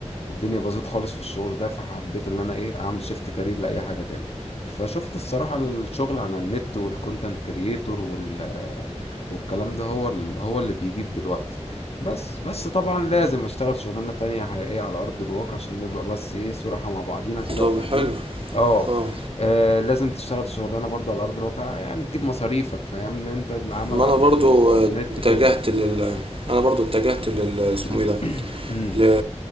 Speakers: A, on the left (about 60°); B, on the right (about 50°).
A: الدنيا باظت خالص في الشغل ده فحبيت ان انا ايه اعمل شيفت كارير لاي حاجه تاني فشفت الصراحه الشغل على النت والكونتنت كرييتور وال والكلام ده هو ال... هو اللي بيجيب دلوقتي بس بس طبعا لازم اشتغل شغلانه تانية حقيقيه على ارض الواقع عشان نبقى بس ايه صراحه مع بعضينا كده
B: طب
A: وفاهمين
B: حلو
A: اه
B: اه
A: آه، لازم تشتغل شغلانه برضه على ارض الواقع يعني تجيب مصاريفك فاهم ان انت العمل
B: ما
A: على
B: انا برضو
A: النت
B: آه، اتجهت
A: كده يعني
B: لل
A: مم.
B: انا برضو اتجهت لل اسمه
A: <clears throat>
B: ايه ده
A: مم.
B: ل...